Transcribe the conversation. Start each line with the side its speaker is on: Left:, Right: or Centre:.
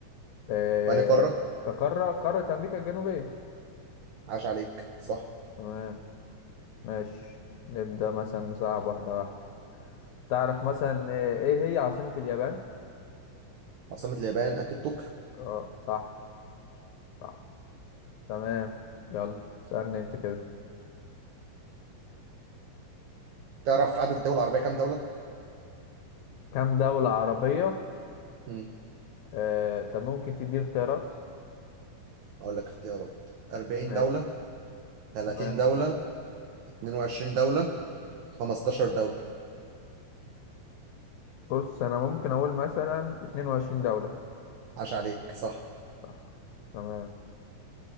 Left: آه،
Right: في أنهي قاره
Left: كقارة قارة امريكا الجنوبية
Right: عاش عليك صح
Left: تمام ماشي نبدأ مثلا نصعب واحدة واحدة تعرف مثلا آه، ايه هي عاصمة اليابان
Right: عاصمة اليابان اكيد طوكيو
Left: اه صح صح تمام يلا سألني انت كده
Right: تعرف عدد الدول العربيه كام دوله
Left: كم دولة عربية
Right: مم.
Left: آه، طب ممكن تديني اختيارات
Right: اقول لك اختيارات 40
Left: ماشي
Right: دوله 30
Left: تمام
Right: دوله 22 دوله 15 دوله
Left: بص انا ممكن اقول مثلا 22 دولة
Right: عاش عليك صح
Left: صح تمام